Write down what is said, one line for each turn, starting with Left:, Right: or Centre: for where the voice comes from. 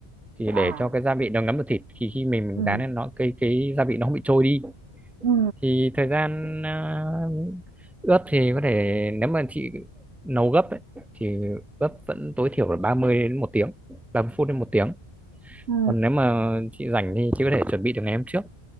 Centre: thì
Right: à,
Centre: để cho cái gia vị nó ngấm vào thịt thì khi mình mình
Right: ừ
Centre: rán lên nó cái cái gia vị nó không bị trôi đi
Right: ừ
Centre: thì thời gian à, ướp thì có thể nếu mà chị nấu gấp ấy, thì ướp vẫn tối thiểu là 30 đến một tiếng 30 phút đến một tiếng
Right: ừ
Centre: còn nếu mà chị rảnh thì chị có thể chuẩn bị từ ngày hôm trước